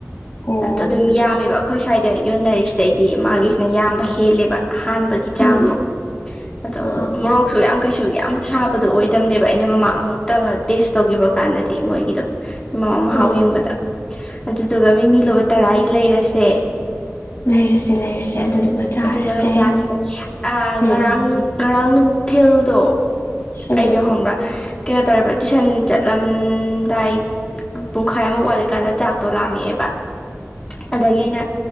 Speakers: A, on the left; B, on the left.
A: ꯑꯣ
B: ꯑꯗꯣ ꯑꯗꯨꯝ ꯌꯥꯝꯃꯦꯕ ꯑꯩꯈꯣꯏ ꯁ꯭ꯋꯥꯏꯗ ꯌꯣꯟꯅꯔꯤꯁꯤꯗꯩꯗꯤ ꯃꯥꯒꯤꯁꯤꯅ ꯌꯥꯝꯕ ꯍꯦꯜꯂꯦꯕ ꯍꯥꯟꯕꯒꯤ ꯆꯥꯡꯗꯣ
A: ꯎꯝ
B: ꯑꯗꯣ
A: ꯑꯥ
B: ꯃꯣꯔꯣꯛꯁꯨ ꯌꯥꯝ ꯀꯩꯁꯨ ꯌꯥꯝ ꯁꯥꯕꯗꯣ ꯑꯣꯏ ꯇꯇꯝꯅꯦꯕ ꯑꯩꯅ ꯃꯃꯥ ꯑꯃꯨꯛꯇꯪ ꯇꯦꯁ ꯇꯧꯈꯤꯕ ꯀꯥꯟꯗꯗꯤ ꯃꯣꯏꯒꯤꯗꯣ ꯏꯃꯥ ꯃꯍꯥꯎ
A: ꯑꯣ
B: ꯌꯦꯡꯕꯗ ꯑꯗꯨꯗꯨꯒ ꯃꯤ ꯃꯤ ꯂꯨꯕ ꯇꯔꯥꯒꯤ ꯂꯩꯔꯁꯦ
A: ꯂꯩꯔꯁꯦ ꯂꯩꯔꯁꯦ ꯑꯗꯨꯗꯨꯒ ꯆꯥꯔꯁꯦ
B: <unintelligible> ꯆꯁꯦ ꯑ
A: ꯎꯝ
B: ꯉꯔꯥꯡꯅꯨꯡ ꯉꯔꯥꯡ ꯅꯨꯡꯊꯤꯜꯗꯣ
A: ꯎꯝ
B: ꯑꯩꯗꯣ ꯍꯪꯕ꯭ꯔꯥ ꯀꯩꯅꯣ ꯇꯧꯔꯦꯕ ꯇꯨꯏꯁꯟ ꯆꯠꯂꯝꯗꯥꯏ ꯄꯨꯡꯈꯥꯏ ꯑꯃꯨꯛ ꯋꯥꯠꯂꯤꯀꯟꯗ ꯆꯥꯛꯇꯣ ꯂꯥꯝꯃꯛꯑꯦꯕ ꯑꯗꯒꯤ ꯑꯩꯅ